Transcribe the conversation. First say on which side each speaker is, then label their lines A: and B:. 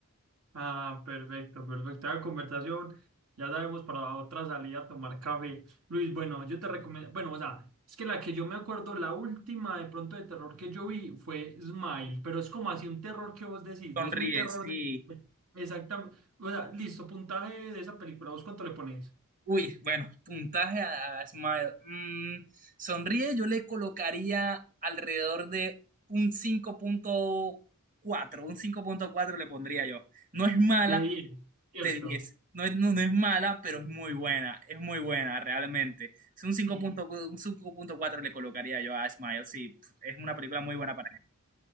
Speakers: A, on the right; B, on the right.
A: Ah, perfecto, perfecto. La conversación, ya sabemos para otra salida a tomar café. Luis, bueno, yo te recomiendo, bueno, o sea, es que la que yo me acuerdo, la última de pronto de terror que yo vi fue Smile, pero es como así un terror que vos decís,
B: Sonríe,
A: no es un terror
B: sí.
A: de... de- Exactamente. O sea, listo, puntaje de esa película, ¿vos cuánto le pones?
B: Uy, bueno, puntaje a, a Smile. Mm, sonríe, yo le colocaría alrededor de un cinco punto cuatro, Un cinco punto cuatro le pondría yo. No es mala
A: De diez, ¿cierto?
B: de diez, No es, no, no es mala, pero es muy buena. Es muy buena, realmente. Es un 5.4,
A: Y,
B: un cinco punto cuatro le colocaría yo a Smile. Sí, es una película muy buena para